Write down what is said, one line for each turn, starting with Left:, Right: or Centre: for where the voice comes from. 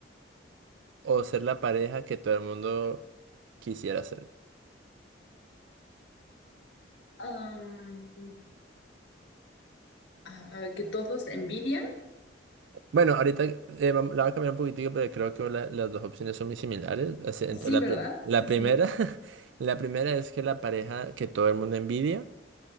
Right: o ser la pareja que todo el mundo quisiera ser?
Left: Am, a- a que todos envidian.
Right: Bueno, ahorita eh, vam- la voy a cambiar un poquitico, pero creo que la- las dos opciones son muy similares. Así, Entonces,
Left: Sí,
Right: la,
Left: ¿verdad?
Right: pri- la
Left: Sí,
Right: primera,
Left: sí.
Right: <laughs> la primera es que la pareja que todo el mundo envidia